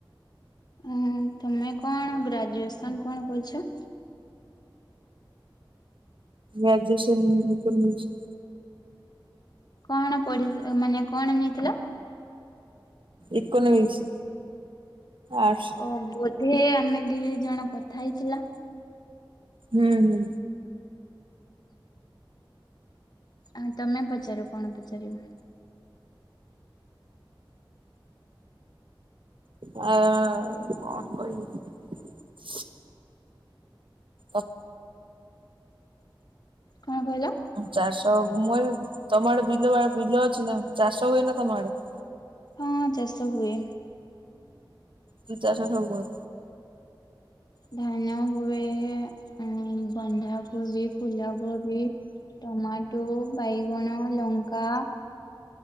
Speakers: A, on the left; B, on the right.
A: ଅ' ତମେ କଣ ଗ୍ରାଜୁଏସନ କଣ କରିଛ?
B: ଗ୍ରାଜୁଏସନ୍ ମୁଁ କଣ ନେଇଛି?
A: କଣ ପଢି-ମାନେ କଣ ନେଇଥିଲ?
B: ଇକୋନୋମିକ୍ସ। ଆର୍ଟସ।
A: ଓ ବୋଧେ ଆମେ ଦି ଜଣ କଥା ହେଇଥିଲା।
B: ହୁଁ ହୁଁ।
A: ଆ ତମେ ପଚାର କଣ ପଚାରିବ?
B: ଆ କଣ କହିବି। ଓ-
A: କଣ କହିଲ?
B: ଚାଷ, ମୁ କହିଲି ତମ ଆଡେ ବିଲ, ବିଲ ଅଛି ନା? ଚାଷ ହୁଏ ନା ତମ ଆଡେ? <inaudible>
A: ହଁ ଚାଷ ହୁଏ।
B: କି ଚାଷ ସବୁ ହୁଏ।
A: ଧାନ ହୁଏ, ଏ ବନ୍ଧା କବି ଫୁଲ କବି। ଟମାଟୋ ବାଇଗଣ ଲଙ୍କା